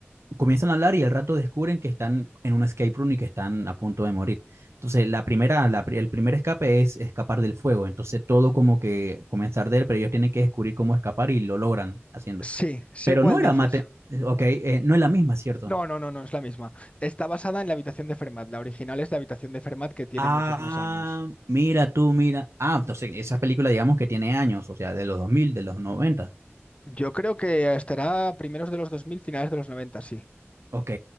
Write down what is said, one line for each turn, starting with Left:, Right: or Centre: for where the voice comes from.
Right: comienzan a hablar y al rato descubren que están en un escape room y que están a punto de morir. Entonces, la primera, la pri- el primer escape es escapar del fuego. Entonces, todo como que comienza a arder, pero ellos tienen que descubrir cómo escapar y lo logran haciendo.
Left: sí, sé
Right: Pero
Left: cuál
Right: no era
Left: dices.
Right: mate, eh, ok, eh, no es la misma, ¿cierto?
Left: No, no, no, no, es la misma. Está basada en la habitación de Fermat. La original es la habitación de Fermat que tiene
Right: Ah,
Left: muchos más años.
Right: mira tú, mira. Ah, entonces, esa película, digamos que tiene años, o sea, de los 2000 de los noventa
Left: Yo creo que estará primeros de los 2000 finales de los 90. sí.
Right: Ok,